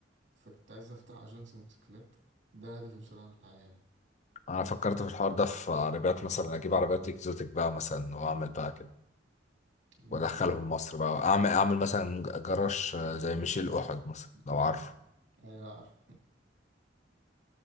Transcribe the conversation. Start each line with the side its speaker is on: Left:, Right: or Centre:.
Right: فكنت عايز افتح اجنس موتوسيكلات ده هدفي بصراحة في الحياة يعني
Left: انا فكرت في الحوار ده في عربيات مثلا اجيب عربيات اكزوتيك بقى مثلا واعمل بقى كده
Right: ده
Left: وادخلهم
Right: جامد أوي
Left: مصر بقى اعمل اعمل مثلا جراج آه، زي ميشيل احد مثلا لو
Right: أمم.
Left: عارفه
Right: ايوه لا عارف